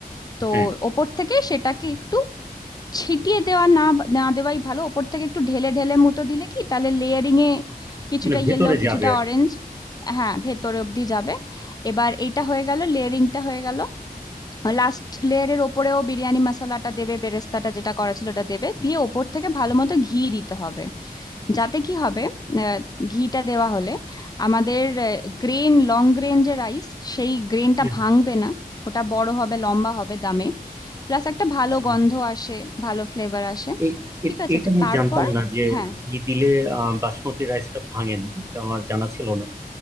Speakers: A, on the left; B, on the right.
A: তো
B: হ্যাঁ
A: ওপর থেকে সেটাকে একটু ছিটিয়ে দেওয়া না না দেওয়াই ভালো ওপর থেকে একটু ঢেলে ঢেলে মতো দিলে কি তাহলে লেয়ারিং এ কিছুটা
B: মানে ভেতরে
A: ইয়েলো কিছুটা
B: যাবে আর
A: অরেঞ্জ
B: কি।
A: হ্যাঁ ভেতর অব্দি যাবে এবার এটা হয়ে গেল লেয়ারিংটা হয়ে গেল লাস্ট লেয়ারের ওপরেও বিরিয়ানি মশলাটা দেবে বেরেস্তাটা যেটা করা ছিল ওটা দেবে দিয়ে ওপর থেকে ভালো মতো ঘি দিতে হবে
B: আচ্ছা
A: যাতে কি হবে আহ, ঘিটা দেওয়া হলে আমাদের গ্রেন লং গ্রেন যে রাইস সেই গ্রেনটা
B: হ্যাঁ,
A: ভাঙবে না ওটা বড় হবে লম্বা হবে দামে প্লাস একটা ভালো
B: আচ্ছা।
A: গন্ধ আসে ভালো ফ্লেভার আসে
B: এই
A: ঠিক
B: এ-
A: আছে
B: এটা
A: তো
B: আমি
A: তারপর
B: জানতাম না যে
A: হ্যাঁ
B: ঘি দিলে আহ, বাসমতি রাইসটা ভাঙে না এটা আমার জানা ছিল না